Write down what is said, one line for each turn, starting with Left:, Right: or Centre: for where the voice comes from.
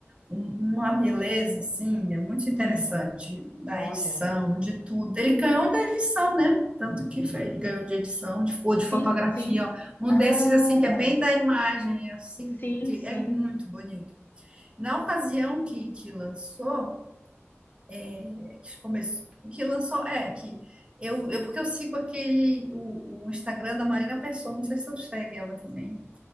Right: um- uma beleza, assim, é muito interessante,
Left: Uhum.
Right: da
Left: Olha.
Right: edição, de tudo. Ele ganhou da edição, né? Tanto que foi- ele ganhou de edição, de- ou de
Left: Sim,
Right: fotografia,
Left: sim.
Right: ó. um
Left: Ah,
Right: desses, assim, que é bem da imagem, assim,
Left: sim,
Right: porque
Left: sim.
Right: é muito bonito. Na ocasião que, que lançou, é, que começou, que lançou, é, que eu, eu porque eu sigo aquele, o, o Instagram da Marina Pessoa, não sei se eu segue ela também.